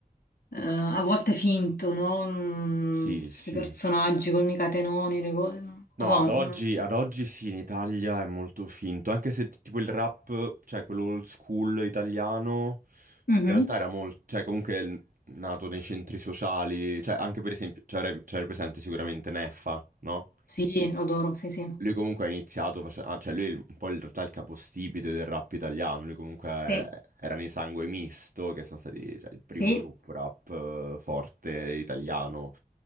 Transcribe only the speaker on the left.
eh, a volte finto, no? Mm,
Questi
personaggi con i catenoni, le cose, non
lo so.
mm.
Mhm.
Sì, lo adoro, sì, sì.
Sì,
sì,